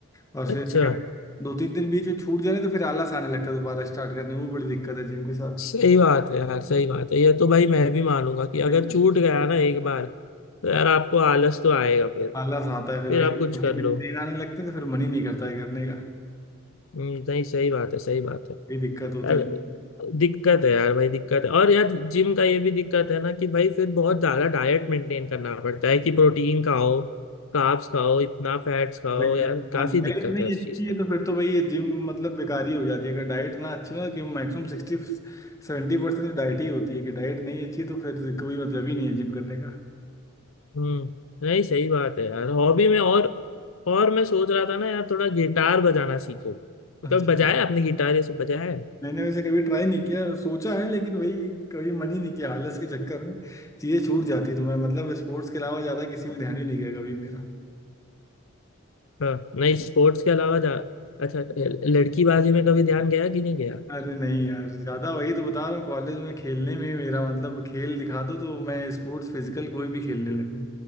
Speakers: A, on the left; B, on the left.
A: और
B: अच्छा
A: फिर अगर दो तीन दिन बीच में छूट जाए ना तो फिर आलस आने लगता है दोबारा स्टार्ट करने में। वो बड़ी दिक्कत है जिम के साथ
B: सही बात है यार सही बात है ये तो भाई मैं भी मानूंगा कि
A: फिर
B: अगर छूट गया ना एक बार तो यार आपको आलस तो आएगा फिर
A: आलस आता है फिर
B: फिर
A: वही
B: आप कुछ
A: बॉडी
B: कर
A: में
B: लो
A: पेन आने लगते हैं तो फिर मन ही नहीं करता है करने का
B: हम्म, नहीं सही बात है सही बात है
A: ये दिक्कत होती
B: यार
A: है
B: दिक्कत है यार भाई दिक्कत है और यार जिम का ये भी दिक्कत है ना कि भाई फिर बहुत ज्यादा डाइट मेंटेन करना पड़ता है कि प्रोटीन खाओ कार्ब्स खाओ इतना फैट्स खाओ
A: भाई
B: यार काफी
A: हाँ डाइट
B: दिक्कत
A: नहीं
B: है उस
A: अच्छी
B: चीज का।
A: है तो फिर तो भाई ये जिम मतलब बेकार ही हो जाती है अगर डाइट ना अच्छी हो ना कि मैक्सिमम सिक्सटी सेवेंटी परसेंट तो डाइट ही होती है कि डाइट नहीं अच्छी तो फिर कोई मतलब ही नहीं है जिम करने का
B: हम्म नहीं सही बात है यार हॉबी में और और मैं सोच रहा था ना यार थोड़ा गिटार बजाना सीखो तो
A: अच्छा
B: कभी बजाया आपने गिटार ये सब बजाया है
A: मैंने वैसे कभी ट्राई नहीं किया सोचा है लेकिन वही कभी मन ही नहीं किया आलस के चक्कर में चीज़ें छूट जाती तो मैं मतलब स्पोर्ट्स के अलावा ज़्यादा किसी में ध्यान ही नहीं गया कभी मेरा
B: हाँ नहीं स्पोर्ट्स के अलावा जा अच्छा लड़की बाजी में कभी ध्यान गया कि नहीं गया
A: अरे नहीं यार ज़्यादा वही तो बता रहा हूँ कॉलेज में खेलने में ही मेरा मतलब खेल दिखा दो तो मैं स्पोर्ट्स फिजिकल कोई भी खेलने लगूँ